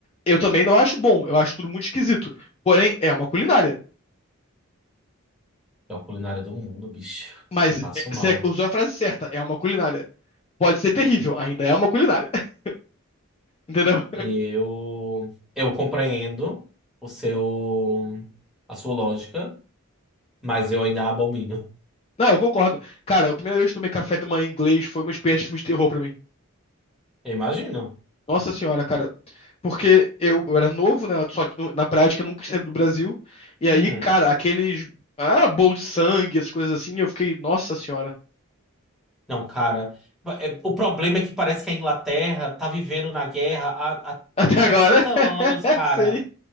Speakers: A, on the left; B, in the centre.
A: Eu também não acho bom, eu acho tudo muito esquisito. Porém, é uma culinária.
B: É a culinária do mundo, bicho.
A: Mas
B: Passo
A: é-
B: mal.
A: você usou a frase certa, é uma culinária. Pode ser terrível, ainda é uma culinária. <laughs> Entendeu?
B: Eu, eu compreendo o seu, a sua lógica, mas eu ainda abomino.
A: Não, eu concordo. Cara, a primeira vez que tomei café de manhã em inglês foi uma experiência de filme de terror pra mim.
B: Eu imagino.
A: Nossa senhora, cara. Porque eu, eu era novo, né? Só que no- na prática eu nunca saí do Brasil. E aí,
B: Uhum.
A: cara, aqueles. Ah, bolo de sangue, essas coisas assim, eu fiquei, nossa senhora.
B: Não, cara. É, O problema é que parece que a Inglaterra tá vivendo na guerra há, há
A: Até
B: 60
A: agora.
B: anos,
A: <laughs>
B: cara.
A: Sei.